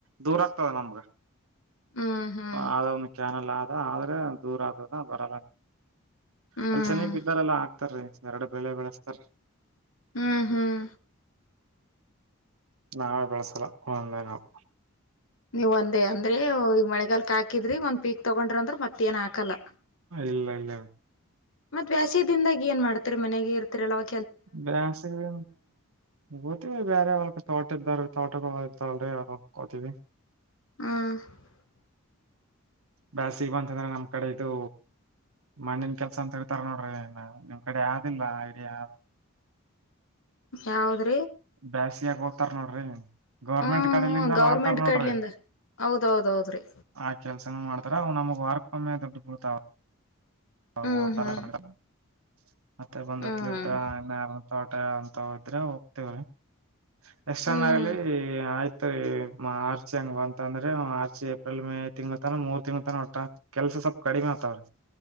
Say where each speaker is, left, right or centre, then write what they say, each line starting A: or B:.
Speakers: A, on the right; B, on the left.
A: ದೂರ ಆಗ್ತದೆ ನಮಗ
B: ಹ್ಮ್ ಹ್ಮ್
A: ಆದ ಒಂದು ಕ್ಯಾನಲ್ ಆದ ಅದ ಆದ್ರೆ ದೂರ ಆದದ ಬರಲ್ಲ ನೀ
B: ಹ್ಮ್
A: ಅಲ್ಲಿ ಚೆನ ಇದಿದ್ದಾರಲ್ಲ ಆ ತೀ ಎರಡು ಬೆೇಳೆ ಬೆಳೆಸ್ತಾರ
B: ಹ್ಮ್ ಹ್ಮ್
A: ನಾವೇ ಬೆಳಸಲ್ಲ ಒಂದೇ ನಾವು
B: ನೀವ್ ಒಂದೇ ಅಂದ್ರೆ ಈಗ ಮಳೆಗಾಲ್ಕ್ ಹಾಕಿದ್ರಿ ಒಂದ್ ಪೀಕ್ ತಗೊಂಡ್ರ ಅಂದ್ರ ಮತ್ತ ಏನ್ ಹಾಕಲ್ಲ
A: ಇಲ್ಲ ಇಲ್ಲ
B: ಮತ್ತತ್ ವ್ಯಾಸ್ಯದಿಂದಾಗಿ ಏನ್ ಮಾಡ್ತೀರಿ ಮನೆಗೆ ಇರ್ತೀರಲ್ಲ ಅವವ
A: ಬಾಸಿಗೆ ಹತ್ತ ಬೇರೆಳ ತೋಟ ತೋಟ ಇರ್ತಲ್ಲರಿ ಕೊತವಿ
B: ಹ್ಮ
A: ಬ್ಯಾಸಗಿ ಬಂತು ಈಗ ಬಂತಂದ್ರೆ ನಮ್ ಕಡೆ ಇದು ಮಣ್ಣನ್ ಕೆಲ್ಸ ಅಂತ ಹೇಳ್ತಾರ ನೋಡ್ರಿ ನಿಮ್ ಕಡೆ ಯಾವ್ದಿಲ್ಲ ಐಡಿಯಾ ಯಾವ
B: ಯಾವದ
A: ಬ್ಯಾಸಗಿ ತ್ತಾರ್ ನೋಡ್ರಿ ಗೌರ್ಮೆಂಟ್
B: ಹ್ಮ್
A: ಕಡಲಿಂದ
B: ಹ್ಮ್ ಗೌರ್ಮೆಂಟ್
A: ಮಾಡ್ತಾರ್ ನೋಡ್ರಿ
B: ಕಡ್ಲಿಂದ ಹೌದೌದೌದ್ರಿ
A: ಆ ಕೆಲ್ಸನ ಮಾಡ್ತ ಅರ ನಮಗೆ ವರ್ಕಮೆ ದುಡ್ ಕೊತ ಹ
B: ಹ್ಮ್
A: ತಾರೆ
B: ಹ್ಮ್
A: ಮೇಡಮ್ ಮತ್ತೆ ಬಂದತ್ಲ್ದ
B: ಹ್ಮ್
A: <unintelligible> <unintelligible> ಎಷ್ಟ
B: ಹ್ಮ್
A: ಜ ಆಗ್ಲಿ ಆಯ್ತ ಮರಿ ಮಾರ್ಚ್ ಹೆಂಗ್ ಬಂತ ಅಂದ್ರೆ ಮಾರ್ಚ್ ಏಪ್ರಿಲ್ ಮೇ ತಿಂಗಳ ತನ ಮೂರ್ ತಿಂಗಳ ತನ ಒಟ್ಟ ಕೆಲ್ಸ ಸ್ವಲ್ಪ ಕಡಿಮೆ ಆತವ್ರೀ